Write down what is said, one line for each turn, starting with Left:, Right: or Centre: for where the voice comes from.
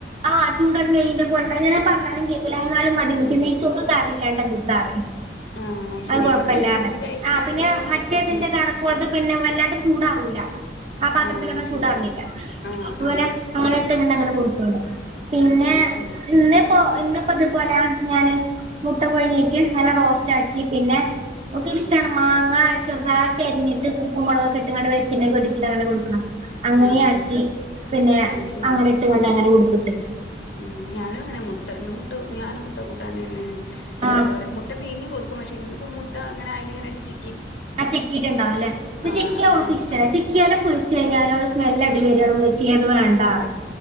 Right: ആഹ് ചൂടൻ നെയ്യിൻ്റെ <unintelligible> പറഞ്ഞാലും കേക്കൂലാ ന്നാലും മതിമ്മച്ചി
Left: ഉം
Right: നെയ്ച്ചോർക്ക് കറില്ലാണ്ട് എന്തുട്ടാറയും
Left: ആഹ്
Right: അത്
Left: ശരി
Right: കൊഴപ്പലാറഞ്ഞ്
Left: അല്ല കറി കൂട്ടി കഴിക്കുകയാണെങ്കിൽ
Right: ആ പിന്നെ മറ്റേതിന്റെതാണ്
Left: ഓക്കെയാണ്
Right: ഇപ്പോളത്തെ പിന്നെ വല്ലാണ്ട് ചൂടാറൂല്ല ആ പാത്രത്തിലൊന്നും
Left: ആഹ് ശരി
Right: ചൂടാറ്ണില്ല
Left: ആഹ്
Right: ഇതുവരെ
Left: ആഹ്
Right: അങ്ങനെ <unintelligible> അങ്ങനെ കൊടുത്തോട പിന്നേ
Left: അത് ശരി
Right: ഇന്നിപ്പോ ഇന്ന് ഇപ്പതുപോലെ ഞാന് മുട്ട പുഴുങ്ങീറ്റ് നല്ല റോസ്റ്റാക്കി പിന്നെ ഓക്ക്
Left: ആഹ്
Right: ഇഷ്ടാണ് മാങ്ങ ഐസ് ചെറുതാക്കി അരിഞ്ഞിട്ട് ഉപ്പും മുളകൊക്കെ ഇട്ട്ങ്ങാണ്ട് വെളിച്ചെണ്ണേക്ക ഒറ്റിച്ചിട്ടങ്ങനെ കൊടുക്ക്ണത് അങ്ങനെയാക്കി
Left: ആഹ്
Right: പിന്നെ
Left: അത് ശരി
Right: അങ്ങനെ ഇട്ട്ങ്ങാണ്ട് അങ്ങനെ കൊടുത്തു
Left: ഉം ഞാനും അങ്ങനെ മുട്ട് ട്ട എന്നും മുട്ടു ഞാനും മുട്ട കൂട്ടാനന്നേ
Right: ആഹ്
Left: എന്താ പറയാ മുട്ട പീഞ്ഞ് കൊടുക് ക്കും പക്ഷെ ഇന്നിപ്പൊ മുട്ട ഇങ്ങനെ അയിലിങ്ങനെ ഇട്ട് ചിക്ക്
Right: ആ ചിക്കീട്ടുണ്ടാവുല്ലേ ഇത്
Left: ആഹ്
Right: ചിക്കിയ
Left: അങ്ങനെണ്ട്
Right: ഓൾക്ക് ഇഷ്ടല്ല ചിക്കിയാലും പൊരിച്ച് കഴിഞ്ഞാലും ഓള് സ്മെല്ലടി വര്ആണുമ്മച്ചീ അത് വേണ്ടാറയും